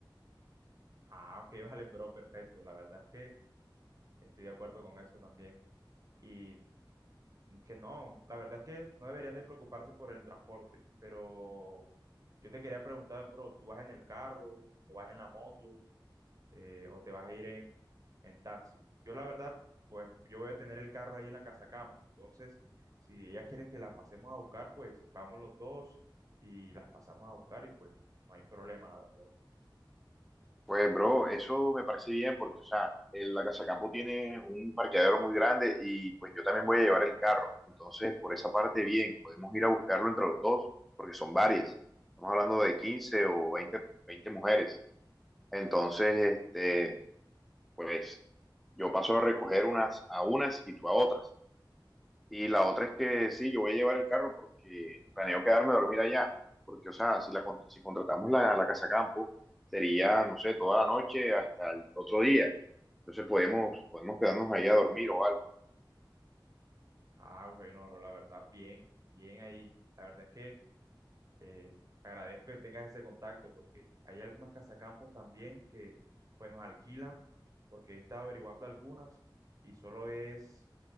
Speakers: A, on the right; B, in the centre.
A: Ah, ok, <laughs> vale, bro, perfecto. La verdad es que estoy de acuerdo con eso también. y que no, la verdad es que no deberían de preocuparse por el transporte, pero yo te quería preguntar, bro, ¿tú vas en el carro o vas en la moto eh, o te vas a ir en, en taxi? Yo la verdad, pues yo voy a tener el carro ahí en la casa campo, entonces si ella quiere que las pasemos a buscar, pues vamos los dos y las pasamos a buscar y pues no hay problema, la verdad.
B: Pues, bro, eso me parece bien porque, o sea, el- la Casa Campo tiene un parqueadero muy grande y pues yo también voy a llevar el carro. Entonces, por esa parte, bien, podemos ir a buscarlo entre los dos porque son varias. Estamos hablando de 15 o veinte 20 mujeres. Entonces, este, pues yo paso a recoger unas a unas y tú a otras. Y la otra es que sí, yo voy a llevar el carro porque planeo quedarme a dormir allá. Porque, o sea, si, la, con- si contratamos la, la casa campo, sería, no sé, toda la noche hasta el otro día. Entonces podemos, podemos quedarnos ahí a dormir o algo.
A: Ah, bueno, bro, la verdad, bien, bien ahí. La verdad es que... Eh, agradezco que tengas ese contacto porque hay algunas casacampos también que pues nos alquilan porque he estado averiguando algunas y solo es